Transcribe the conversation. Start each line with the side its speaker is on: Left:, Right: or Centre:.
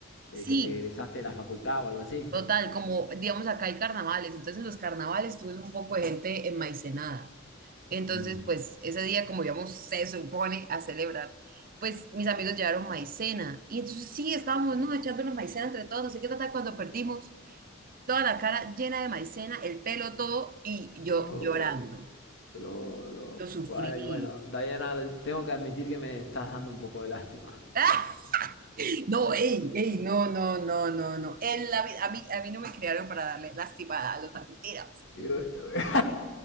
Left: de
Right: Sí,
Left: que te egresaste de la facultad o algo así.
Right: total, como digamos acá hay carnavales, entonces en los carnavales tú ves un poco de gente enmaicenada. Entonces,
Left: Mm.
Right: pues ese día, como digamos, se supone a celebrar, pues mis amigos llevaron maicena. Y entonces sí, estábamos, ¿no? Echándonos maicena entre todos, no sé qué tal, cuando perdimos toda la cara llena de maicena, el pelo todo, y yo
Left: No,
Right: llorando.
Left: no, no.
Right: Lo sufrí.
Left: Ay, bueno, Diana, tengo que admitir que me estás dando un poco de lástima.
Right: ¡Ah! No, ey, ey, no, no, no, no, no. En la, vida a mí, a mí no me criaron para darle lastimada a los argentinos.
Left: Y, bu-